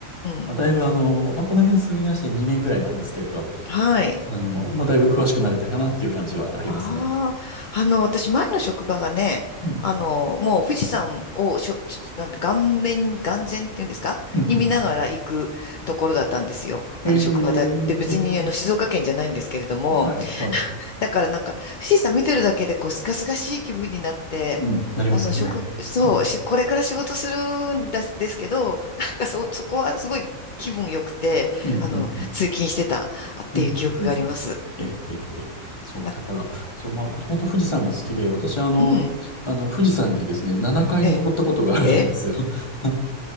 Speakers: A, on the left; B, on the left.
A: まあ、
B: ん、うん。
A: だいぶあの、まあ、この辺住み出して2年ぐらいなんですけれど、
B: はい。
A: あの、まあ、だいぶ詳しくなれたかなっていう感じはありますね。
B: ああ、あの、私、前の職場がね、
A: うん。
B: あの、もう富士山をしょ、なんで、顔面、眼前っていうんですかに見ながら行くところだったんですよ。
A: うん、うん、うん。えー、
B: あの、職場だ。で、別に、
A: えー、
B: あの、静岡県じゃないんですけれども、
A: はい、はい。
B: だからなんか、富士山見てるだけで、こう、すがすがしい気分になって、
A: うん、なりますよね。
B: あの、職、そう、
A: うん、
B: し、これから仕事するんです、ですけど、なんかそ、そこはすごい気分良くて、
A: うん、
B: あの、
A: うん、うん、
B: 通勤してたっていう記憶があります。
A: うん。うんええ、ええ、ええそう、
B: な、
A: だから、そう、まあ、もともと富士山が好きで、私、あの、
B: うん、
A: あの、富士山にですね、7回登ったことがあるんですよ。
B: ええ、ええ
A: <laughs>